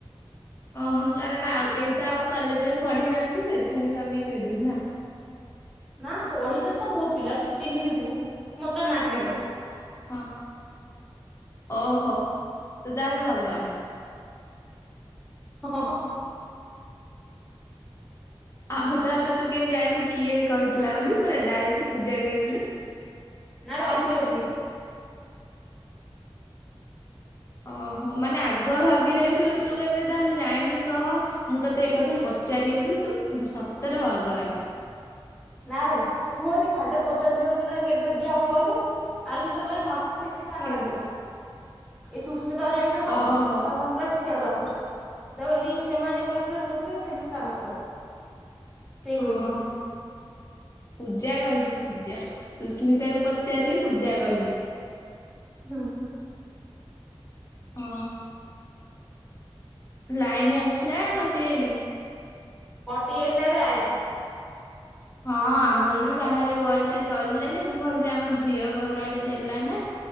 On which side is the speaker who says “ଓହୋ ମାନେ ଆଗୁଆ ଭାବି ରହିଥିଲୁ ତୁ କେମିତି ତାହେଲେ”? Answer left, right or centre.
Left